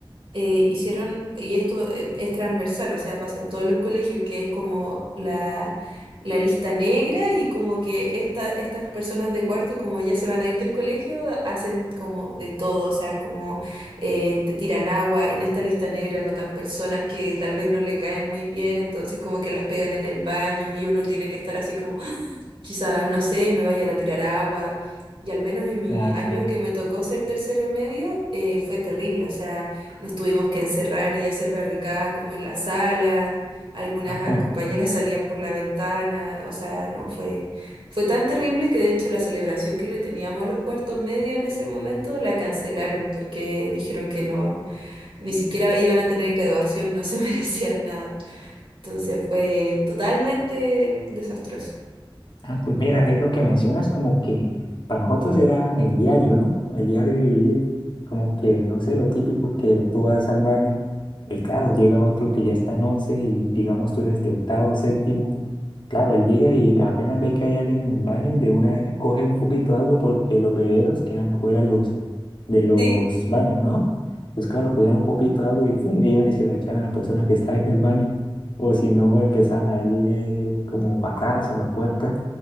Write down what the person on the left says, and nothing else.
Ah,
<laughs>
Ah, pues
mira, eso que mencionas como que para nosotros era el diario, ¿no? El diario de vivir, como que, no sé, lo típico que tú vas al baño y claro, llega otro que ya está en once y digamos tú eres de octavo, séptimo, claro, él llega y apenas ve que hay alguien en el baño, de una coge un poquito de agua porque los bebederos quedan afuera de los, de los
baños, ¿no? Pues claro, cogían un poquito de agua y ¡fum! iban y se la echan a la persona que <laughs> está en el baño, o si no, empezaban a darle como patadas a la puerta